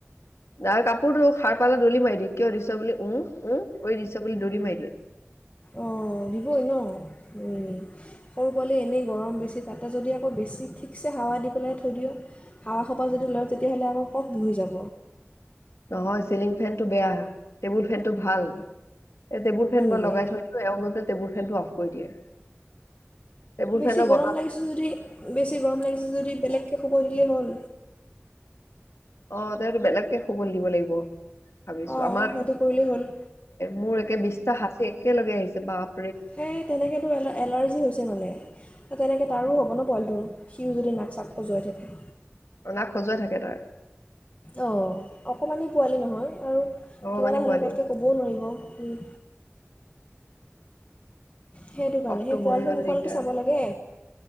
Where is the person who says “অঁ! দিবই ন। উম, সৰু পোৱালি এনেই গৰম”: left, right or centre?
Left